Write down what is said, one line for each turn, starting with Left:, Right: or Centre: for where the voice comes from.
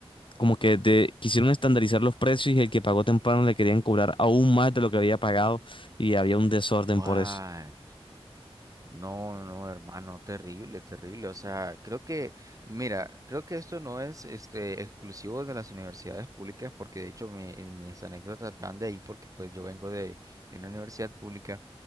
Left: como que de- quisieron estandarizar los precios y el que pagó temprano le querían cobrar aún más de lo que había pagado y había un desorden
Right: Guay.
Left: por eso.
Right: No, no, hermano, terrible, terrible. O sea, creo que, mira, creo que esto no es este exclusivo de las universidades públicas, porque de hecho mi- mis anécdotas van de ahí, porque pues yo vengo de, de una universidad pública.